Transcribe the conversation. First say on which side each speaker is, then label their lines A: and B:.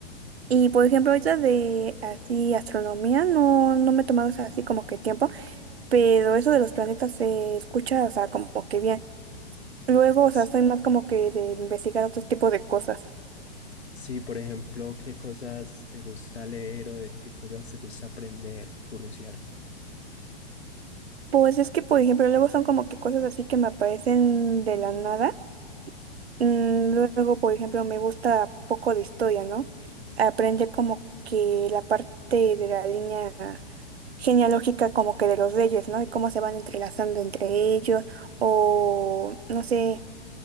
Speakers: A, on the right; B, on the left.
A: Y por ejemplo, ahorita de así astronomía no, no me he tomado o sea, así como que tiempo, pero eso de los planetas se escucha, o sea, como que bien. Luego, o
B: S-
A: sea, soy más como que de investigar otros tipos de cosas.
B: Sí, por ejemplo, ¿qué cosas te gusta leer o de qué cosas te gusta aprender, curiosear?
A: Pues es que, por ejemplo, luego son como que cosas así que me aparecen de la nada. Mm, Luego, por ejemplo, me gusta poco de historia, ¿no? Aprender como que la parte de la línea genealógica como que de los reyes, ¿no? Y cómo se van entrelazando entre ellos o no sé,